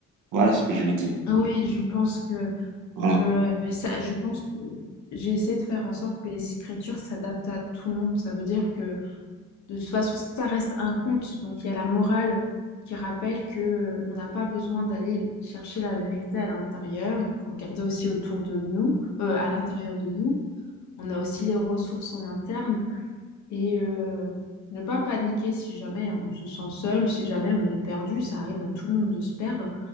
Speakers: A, on the right; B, on the left.
A: Voilà ce que je veux dire.
B: Oui, je pense que
A: Voilà.
B: le, ça, je pense que j'ai essayé de faire en sorte que les écritures s'adaptent à tout le monde. Ça veut dire que de toute façon, ça reste un conte. Donc il y a la morale qui rappelle que euh, on n'a pas besoin d'aller chercher la vérité à l'intérieur. Il faut regarder aussi autour de nous, euh, à l'intérieur de nous. On a aussi les ressources en interne. Et euh, ne pas paniquer si jamais on se sent seul, si jamais on est perdu, ça arrive à tout le monde de se perdre,